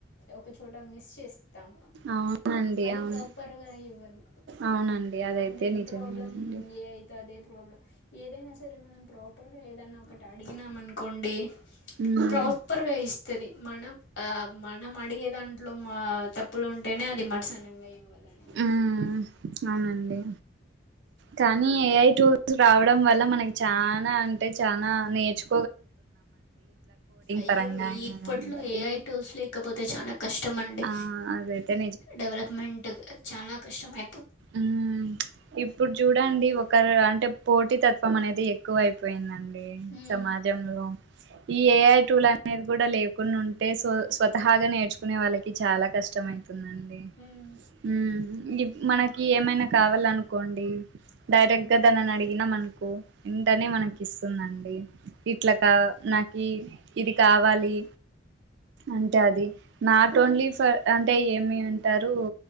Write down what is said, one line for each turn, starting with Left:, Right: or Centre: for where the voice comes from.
Left: ఒక చోట మిస్ చేస్త స్తం
Right: అవునండి
Left: అది
Right: అవును
Left: ప్రాపర్ గా ఇవ్వదు
Right: అవునండి అదైతే
Left: మెయిన్
Right: నిజమేనండి
Left: ప్రాబ్లం ఎ ఐ తో అదే ప్రాబ్లం ఏదైనా సరే మనంతరం ప్రా ఇప్పుడు ఏదన్నా ఒకటి అడిగినాం అనుకోండి
Right: మ్మ్
Left: ప్రాపర్గా ఇస్తది మన ఆ మనం అడిగే దాంట్లో మా తప్పులు ఉంటేనే అది మట్సా ఫైవ్ అవ్వదండి
Right: మ్మ్ అవునండి కానీ ఏ ఐ టూర్ రావడం వల్ల మనకి చానా అంటే చానా నేర్చు
Left: అయ్యో
Right: పరంగా అయినా
Left: ఇప్పట్లో
Right: కానీలేండి
Left: ఏఐటూల్స్ లేకపోతే చానా కష్టం అండి
Right: ఆ అదైతే
Left: డెవలప్మెంట్ చానా కష్టమే
Right: ఉమ్ ఇప్పుడు చూడండి ఒకరు అంటే పోటీ తత్వం అనేది ఎక్కువ అయిపోయింది అండి
Left: మ్మ్.
Right: సమాజంలో ఈ ఏఐటూల్ అనేది కూడా లేవు కొన్ని ఉంటే స్వతహాగా నేర్చుకునే వాళ్ళకి చాలా కష్టం అయితుందండి
Left: మ్మ్.
Right: ఉమ్.. <unintelligible> మన ఏమైనా కావాలనుకోండి డైరెక్ట్
Left: మ్మ్.
Right: గా దానిని అడిగినా మనకు వెంటనే మనకి ఇస్తుందండి ఇట్లా కా నాకి ఇది కావాలి అంటే అది నాట్ ఓన్లీ ఫర్ అంటే ఏమి అంటారు